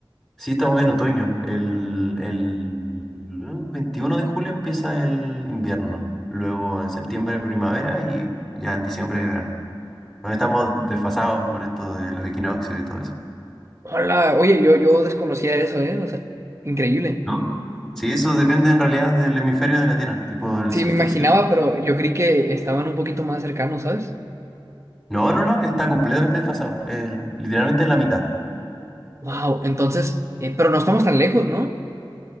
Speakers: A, in the centre; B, on the right (about 35°).
A: Sí, estamos en otoño. El, el 21 de julio empieza el invierno. Luego en septiembre primavera y ya en diciembre verano. Bueno, estamos desfasados por esto de los equinoccios y todo eso.
B: Hola, oye, yo, yo desconocía eso, ¿eh? O sea, increíble.
A: ¿No? Sí, eso depende en realidad del hemisferio de la Tierra, tipo del
B: Sí,
A: solsticio.
B: me imaginaba, pero yo creí que estaban un poquito más cercanos, ¿sabes?
A: No, no, no, está completamente desfasado. Es literalmente la mitad.
B: Wow, entonces, eh, pero no estamos tan lejos, ¿no?